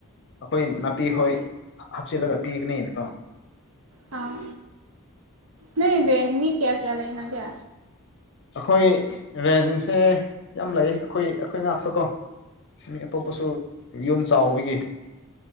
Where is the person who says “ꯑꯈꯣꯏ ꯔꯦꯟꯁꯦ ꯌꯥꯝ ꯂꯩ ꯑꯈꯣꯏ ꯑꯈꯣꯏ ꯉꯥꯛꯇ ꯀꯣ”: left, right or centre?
Left